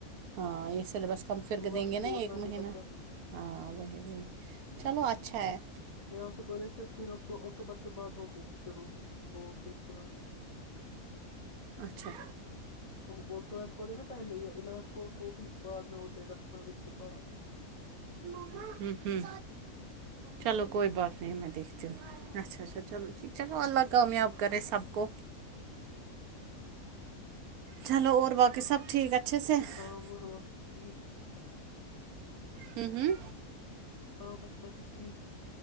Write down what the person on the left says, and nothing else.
تو اب
وقت
بھی
اتنا
نہیں
بچا
یہاں سے بولے ففٹین اک اکٹوبر کے بعد ہوگئے شروع بورڈ کے امتحان
وہ ٹویلتھ ہوتے ہیں نا پہلے ہی الیونتھ کو تو بھی بعد میں ہوتے ہیں دس پندرہ دن کے بعد
ہاں وہ ک ٹھیک
ہاں بس باقی ٹھیک